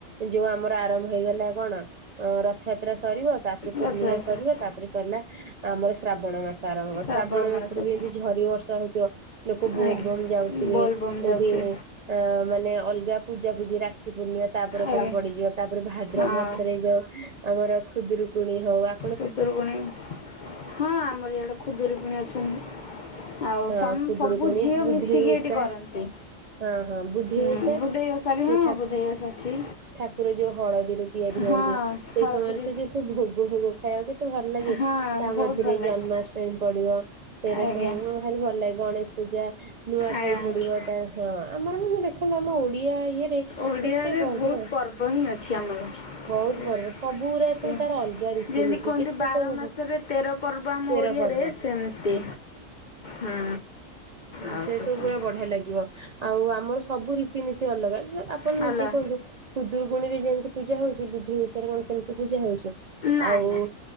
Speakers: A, on the right; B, on the left.
A: ଯୋଉ ଆମର ଆରମ୍ଭ ହେଇଗଲା କଣ ରଥଯାତ୍ରା ସରିବ ତା ପରେ ପୂର୍ଣ୍ଣିମା
B: ରଥଯାତ୍ରା
A: ସରିବା ତାପରେ ସରିଲା ଆମର ଶ୍ରାବଣ ମାସ। ଆରମ୍ଭ
B: ସାବ୍ରହ୍ମଣ୍ୟ
A: ଶ୍ରାବଣ ମାସରେ
B: ସବୁ
A: ବି ଏମିତି ଝରି ବର୍ଷା ହଉଥିବ। ଲୋକ ବୋଲ
B: ଆଜ୍ଞା
A: ବମ୍ ଯାଉଥିବେ
B: ବୋଲବମ୍
A: କୋଉଠି
B: ଯାଉଥିବେ
A: ଆଁ ମାନେ ଅଲଗା ପୂଜାପୂଜିି ରାଖି ପୁର୍ନିମା। ତାପରେ
B: ଆଜ୍ଞା
A: ପରେ ପଡିଯିବ ତାପରେ ଭାଦ୍ରବ
B: ହଁ
A: ମାସରେ ଯଉ ଆମର ଖୁଦୁରୁକୁଣି ହଉ ଆ
B: ଖୁଦୁରୁକୁୁଣି ହଁ ଆମର ଇଆଡେ ଖୁଦୁରୁକୁଣି ଅଛନ୍ତି। ଆଉ
A: ହଁ
B: ସ
A: ଖୁଦୁରୁକୁଣୀ
B: ସବୁ ଝିଅ
A: ବୁଧେଇ
B: ମିଶିକି
A: ଓଷା
B: ଏଇଠି କରନ୍ତି।
A: ହଁ ହଁ ବୁଧେଇ
B: ହୁଁ
A: ଓଷା
B: ବୁଧେଇ ଓଷା ବି
A: ଯୋଉ
B: ହଁ
A: ଠାକୁ
B: ବୁଧେଇ ଓଷା ଅଛି।
A: ଠାକୁର ଯୋଉ ହଳଦୀରେ ତିଆରି ହୁଅନ୍ତି
B: ହଁ
A: ସେଇ
B: ହଳଦୀରେ
A: ସମୟରେ ସେ ଯୋଉ ସେ ଭୋଗ ଫୋଗ ଖାଇବା ପାଇଁ ତେ ଭଲ ଲାଗେ
B: ହଁ
A: ତା
B: ବହୁତ
A: ମଝିରେ
B: ଭଲ ଲାଗେ
A: ଜନ୍ମାଷ୍ଟମୀ ପଡିବ ସେରା
B: ଆଜ୍ଞା
A: ସବୁ ଦ୍ଭାରି ଭଲ ଲାଗେ ଗଣେଶ ପୂଜା ନୂଆ
B: ଆଜ୍ଞା
A: ଖାଇ ପଡିବ ତା ହଁ ଆମର ମାନେ ଦେଖନ୍ତୁ ଆମ ଓଡିଆ ଇଏରେ
B: ଓଡିଆରେ
A: କେତେ
B: ବହୁତ୍
A: ହଁ।
B: ପର୍ବ ହିଁ ଅଛି ଆମର।
A: ବହୁତ ପର୍ବ ସବୁଗୁରା ପୁଣି ତାର ଅଲଗା ରୀତିନୀତି
B: ଯେମିତି କୁହନ୍ତି
A: କେତେ
B: ବାର
A: ସବୁ
B: ମାସରେ ତେର ପର୍ବ ଆମ
A: ତେର
B: ଓଡିଆରେ।
A: ପର୍ବ
B: ସେମତି ହୁଁ।
A: ଅଁ
B: ଆଉ
A: ସେ ସବୁ
B: ହଁ
A: ପୁରା ବଢିଆ ଲାଗିବ ଆଉ ଆମର ସବୁ ରୀତିନୀତି ଅଲଗା। ଆପଣ
B: ହ୍ୟାଲୋ
A: ନିଜେ କୁହନ୍ତୁ କୁଦୁରୁକୁଣୀରେ ଯେମିତି ପୂଜା ହଉଛି। କି ଓଷାରେ କଣ ସେମିତି ପୂଜା ହଉଛି
B: ନାଇଁ
A: ଆଉ
B: ନାଇଁ